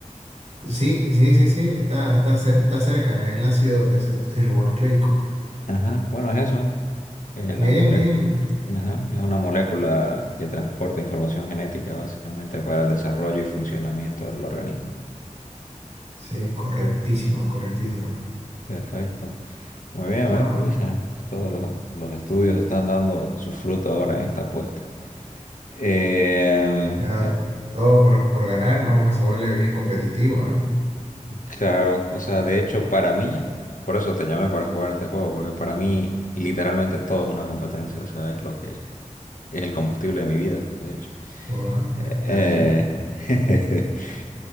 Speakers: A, on the right; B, on the left.
A: Sí, sí, sí, sí, está, está, cer- está cerca, el ácido desoxirribonucleico.
B: Ajá, bueno, es eso. Eh,
A: Bien,
B: la mole-
A: bien.
B: ajá, es una molécula que transporta información genética básicamente para el desarrollo y funcionamiento del organismo.
A: Sí, correctísimo, correctísimo.
B: Perfecto. Muy bien,
A: Ah,
B: ¿ves? Pues ya todos los, los estudios están dando su fruto ahora en esta apuesta. Eh,
A: ya
B: o-
A: todo por, por ganar, ¿no? Uno se vuelve bien competitivo, ¿no?
B: claro, o sea, de hecho, para mí, por eso te llamé para jugar este juego, porque para mí literalmente todo es una competencia, o sea, es lo que es el combustible de mi vida, de hecho.
A: Bueno,
B: Eh,
A: está bien.
B: <laughs>